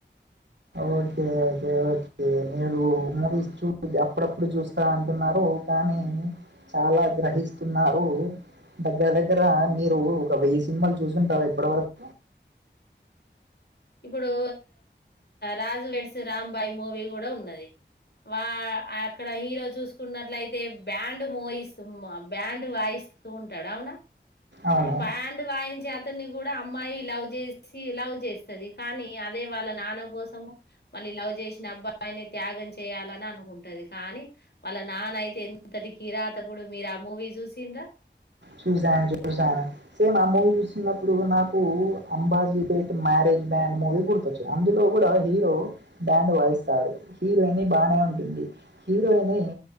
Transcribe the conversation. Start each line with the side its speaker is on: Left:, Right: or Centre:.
Right: ఓకే ఓకే ఓకే మీరు మూవీస్ చూ అప్పుడప్పుడు చూస్తా అంటున్నారు కానీ చాలా గ్రహిస్తున్నారు. దగ్గర దగ్గర మీరు ఒక వెయ్యి సినిమాలు చూసుంటార ఇప్పటివరకు
Left: ఇప్పుడు రాజు వెడ్సు రాంబాయి్ మూవీ కూడా ఉన్నది వా అక్కడ హీరో చూసుకున్నట్లయితే బ్యాండ్ మూవీస్ బ్యాండ్ వాయిస్ ఉంటాడు అవునా
Right: అవును.
Left: బ్యాండ్ వాయించేఅతన్ అతని కూడా అమ్మాయి లవ్ చేసి లవ్ చేస్తది. కానీ అదే వాళ్ళ నాన్న కోసము మళ్ళీ లవ్ చేసిన అబ్బాయిని త్యాగం చేయాలని అనుకుంటది, కానీ వాళ్ళ నాన్న అయితే ఎంతటి కిరాతకుడు మీరు ఆ మూవీ చూసిన్రా
Right: చూసాను చూసాను సేమ్ ఆ మూవీ చూస్తున్నప్పుడు నాకు అంబాజీపేట్ మ్యారేజ్ బ్యాండ్ మూవీ గుర్తొచ్చింది. అందులో కూడా హీరో బ్యాండ్ వాయిస్తాడు హీరోయిని బాగానే ఉంటుంది హీరోయిని